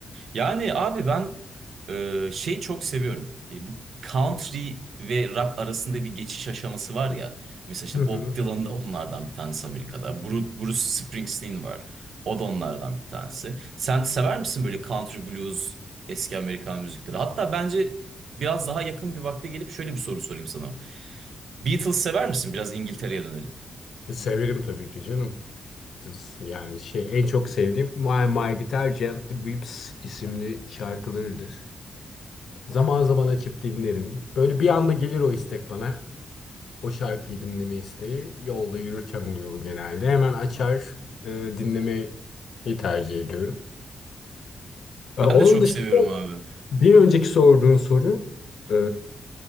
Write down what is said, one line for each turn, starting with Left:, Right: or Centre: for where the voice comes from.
Right: Yani abi ben e, şeyi çok seviyorum. E, Bu country ve rock arasında bir geçiş aşaması var ya. Mesela işte
Left: Hı hı.
Right: Bob Dylan da onlardan bir tanesi Amerika'da. Bru- Bruce Springsteen var. O da onlardan bir tanesi. Sen sever misin böyle country blues, eski Amerikan müzikleri? Hatta bence biraz daha yakın bir vakte gelip şöyle bir soru sorayım sana. Beatles sever misin? Biraz İngiltere'ye dönelim.
Left: Severim tabii ki canım. Beatles yani şey en çok sevdiğim My My Guitar Gently Weeps isimli şarkılarıdır. Zaman zaman açıp dinlerim. Böyle bir anda gelir o istek bana. o şarkıyı dinleme isteği yolda yürürken oluyor bu genelde. Hemen açar e, dinlemeyi tercih ediyorum. E,
Right: Ben
Left: onun
Right: de çok
Left: dışında
Right: seviyorum abi.
Left: bir önceki sorduğun soru e,